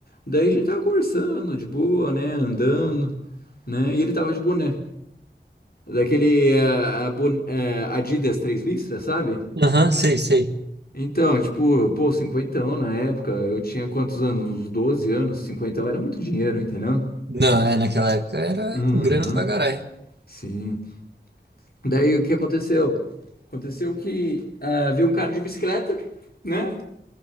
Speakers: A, on the left; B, on the right.
A: Daí a gente tava conversando de boa, né? Andando, né? E ele tava de boné. Daquele eh, a bon- eh, Adidas três listras, sabe?
B: aham, sei, sei.
A: Então, tipo, pô, cinquentão na época, eu tinha quantos anos? Uns 12 anos, cinquentão era muito dinheiro, entendeu?
B: Não, é, naquela época era
A: Uhum,
B: grana pra caralho.
A: sim. Daí o que aconteceu? Aconteceu que ah, veio um cara de bicicleta, né?